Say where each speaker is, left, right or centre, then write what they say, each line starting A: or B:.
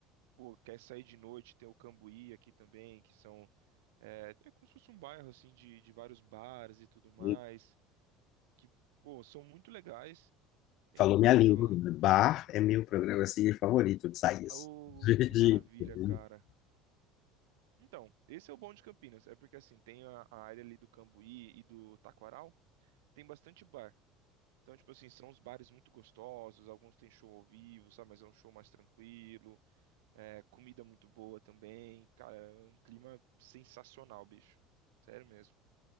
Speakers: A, on the right; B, on the left.
A: pô, quer sair de noite, tem o Cambuí aqui também, que são. É, é como se fosse um bairro, assim, de, de vários bares e tudo mais,
B: Hum,
A: que, pô, são muito legais. Tem
B: Falou
A: também
B: minha língua.
A: ela.
B: né? Bar é meu programa assim, favorito de sair.
A: Oh,
B: <laughs>
A: que maravilha, cara. Então, esse é o bom de Campinas, é porque, assim, tem a, a área ali do Cambuí e do Taquaral, tem bastante bar. Então, tipo assim, são uns bares muito gostosos, alguns têm show ao vivo, sabe? Mas é um show mais tranquilo. É, comida muito boa também. Cara, é um clima sensacional, bicho. Sério mesmo.